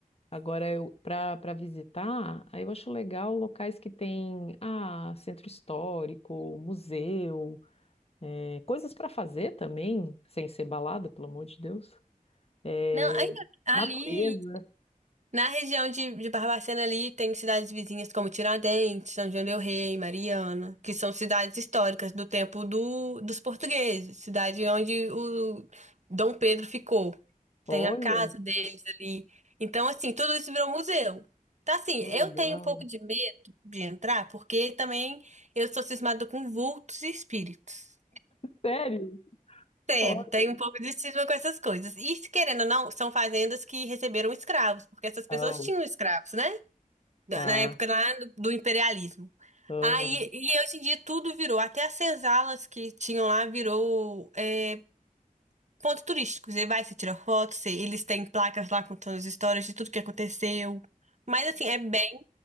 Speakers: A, on the left; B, on the right.
A: Agora, eu, para para visitar, aí eu acho legal locais que tem, ah, centro histórico, museu, eh, coisas para fazer também, sem ser balada, pelo amor de Deus. é
B: Não, aí, ali
A: natureza,
B: Na região de, de Barbacena ali tem cidades vizinhas como Tiradentes, São João del Rei, Mariana, que são cidades históricas do tempo do, dos portugueses, cidade onde o Dom Pedro ficou.
A: olha,
B: Tem a casa deles ali. Então, assim, tudo isso virou museu. Tá assim,
A: Que legal.
B: eu tenho um pouco de medo de entrar, porque também eu sou cismada com vultos e espíritos.
A: sério?
B: Sério,
A: Olha.
B: tem um pouco de cisma com essas coisas. E, se querendo ou não, são fazendas que receberam escravos, porque essas pessoas
A: Oh,
B: tinham escravos, né? da-
A: tá.
B: na época lá do, do imperialismo.
A: aham.
B: Aí, e aí, hoje em dia tudo virou, até as senzalas que tinham lá virou é, ponto turístico. Você vai, você tira foto, você- eles têm placas lá contando as histórias de tudo que aconteceu. Mas assim, é bem,